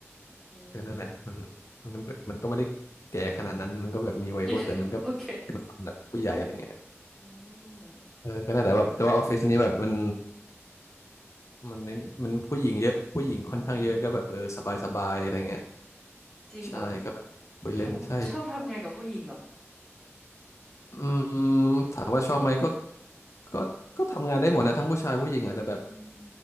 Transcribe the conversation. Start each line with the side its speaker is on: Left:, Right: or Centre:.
Centre: อืม
Left: เออนั่นแหละมันมันก็มันก็ไม่ได้แก่ขนาดนั้นมันก็แบบมีวัยรุ่นแต่มันก็เป็นคนแบบผู้ใหญ่อะไรเงี้ย
Centre: <laughs> โอเคอืม
Left: เออก็น่าแต่แบบแต่ว่าออฟฟิศนี้แบบมันมันมันผู้หญิงเยอะผู้หญิงค่อนข้างเยอะก็แบบเออสบายสบายอะไรเงี้ย
Centre: อืมจริงเหรอ
Left: ใช่ก็แบบคุยเล่นใช่
Centre: ทำชอบทำงานกับผู้หญิงเหรอ
Left: อืมถามว่าชอบไหมก็ก็ก็ทำงานได้หมดนะทั้งผู้ชายผู้หญิงอ่ะแต่แบบ
Centre: อืม